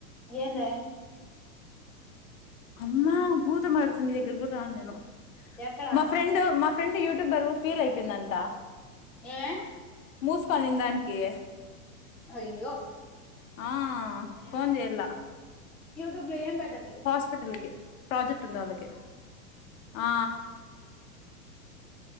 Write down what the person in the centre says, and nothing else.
ఏందే
ఎక్కడా
ఏమే
అయ్యో
యుబ్లేమ్ పెట్ట